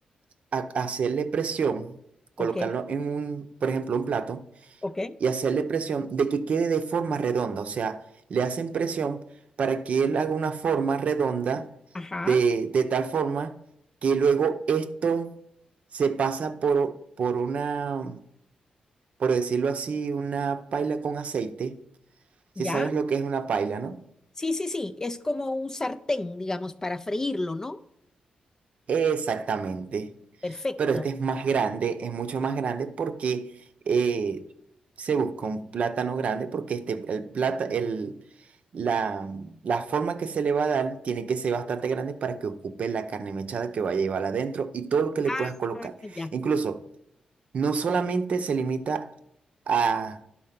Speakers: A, on the right; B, on the left.
A: a hacerle presión, colocarlo
B: Ok,
A: en un, por ejemplo, un plato
B: ok.
A: y hacerle presión de que quede de forma redonda. O sea, le hacen presión para que él haga una forma redonda
B: Ajá,
A: de, de tal forma que luego esto se pasa por, por una, por decirlo así, una paila con aceite. Si
B: ya.
A: sabes lo que es una paila, ¿no?
B: Sí, sí, sí. Es como un sartén, digamos, para freírlo, ¿no?
A: Exactamente.
B: Perfecto.
A: Pero este es más grande, es mucho más grande porque eh, se busca un plátano grande porque este, el plata, el, la, la forma que se le va a dar tiene que ser bastante grande para que ocupe la carne mechada que vaya a llevar adentro y todo lo que le
B: Ah,
A: puedas colocar.
B: ya.
A: Incluso, no solamente se limita a,